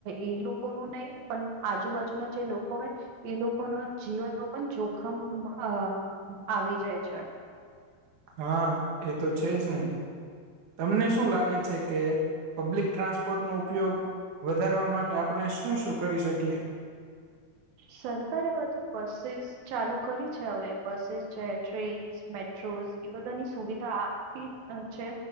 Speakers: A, on the right (about 85°); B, on the right (about 60°).
A: એ લોકો જ નહીં... પણ આજુબાજુના જે લોકો હોય, એ લોકોના જીવનનો પણ જોખમ અ... આવી જાય છે.
B: હા, એ તો છે જ ને. તમને શું લાગે છે કે પબ્લિક ટ્રાન્સપોર્ટનો ઉપયોગ... વધારવા માટે આપણે શું શું કરી શકીએ?
A: સરકારે વધુ બસો ચાલુ કરી છે. હવે બસો છે, ટ્રેન... મેટ્રોસ એ બધાની સુવિધા આપી છે.